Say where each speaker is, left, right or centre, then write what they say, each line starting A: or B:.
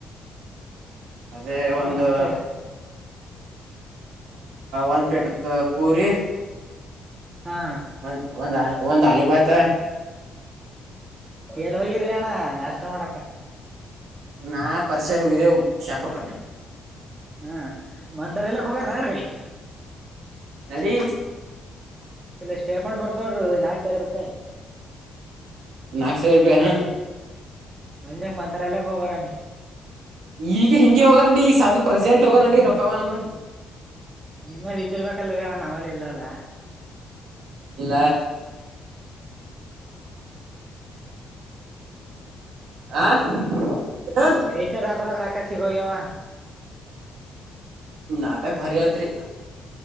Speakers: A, on the right (about 80°); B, on the right (about 30°).
A: ಅದೇ
B: ಹೊಟ್ಟಿ ತುಂಬಾ
A: ಒಂದು
B: ನಾಷ್ಟ ಆಗ್ಯಾವ
A: ಒಂದ್ ಪ್ಲೇಟ್ ಪೂರಿ
B: ಹಾ
A: ಒಂದ್ ಒಂದ್ ಹಾಲು ಒಂದ್ ಹಾಲುೂ ಪತ
B: ಎಲ್ಲ ಹೋಗಿರಿಣ್ಣ ನಷ್ಟ ಮಾಡಕ್ಕ
A: ನಾ ಪರಿಚೆ ಹೋಗಿದ್ದೆೋಗ ಶಾಪುರ್ ಕ
B: ಹಾ ಮಂತಾರೆ ಎಲ್ಲಕ್ ಹೋಗ್ಯಾರ ನಡ್ರಿ
A: ನಡಿೀ
B: ಇಲ್ಲ ಸ್ಟೇಫನ್ ಬರ್ದೋಡರು ನಾಲ್ಕ್ು ಸಾವಿರ ರೂಪಾಯಿ
A: ನಾಕ್ ಸಾವ ರೂಪಾಯಿ ಹಾ
B: ಬಂದ್ಯಕ್ ಮಂತರ ಎಲ್ಲಕ್ ಹೋಗರಾಮಿ
A: ಈಗ ಹಿಂಗಗೆ ಹೋಗಾರಡಿ ಈ ಸದು ಪ್ರೆಸೆಂಟ್ ತಗ ನಡಿರ ಪವ ನಮ್ಮನ್ನ
B: ನಿಮ್ಮಲ್ಲಿ ಇದರ್ಬೇಕಲ್ರಿೀ ಅಣ್ಣ ನಮ್ಮಲ್ಲಿ ಇಲ್ಲಲ್ಲ
A: ಇಲ್ಲ ಆ ಏನು
B: ರೀಚರ್ ಹಾಕಲ ರಾಕಾಶ ಸಿಗೋಯವ
A: ನಾಟಕ್ ಭರಿಯತ್ರಿ